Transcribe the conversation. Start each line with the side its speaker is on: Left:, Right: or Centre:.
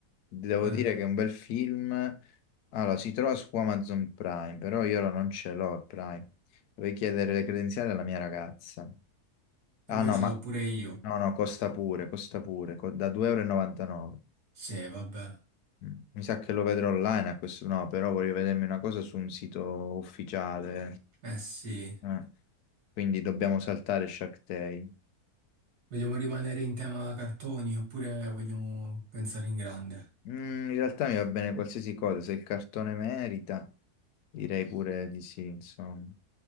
Left: devo
Right: eh,
Left: dire
Right: eh,
Left: che è un bel film. Allora, si trova su Amazon Prime, però io ora non ce l'ho il Prime. Dovrei chiedere le credenziali alla mia ragazza. Ah
Right: se vuoi
Left: no, Non
Right: ce
Left: ma
Right: l'ho
Left: so.
Right: pure io.
Left: no, no, costa pure, costa pure, co- da 2,99 euro. e novantanove.
Right: Sì, vabbè,
Left: Mm, Mi sa che lo vedrò online a questo, no, però voglio vedermi una cosa su un sito ufficiale.
Right: eh sì,
Left: eh. Quindi dobbiamo saltare Shark Tale.
Right: vogliamo rimanere in tema cartoni oppure vogliamo pensare in grande?
Left: Mm, in realtà mi va bene qualsiasi cosa, se il cartone merita, direi pure di sì, insomma.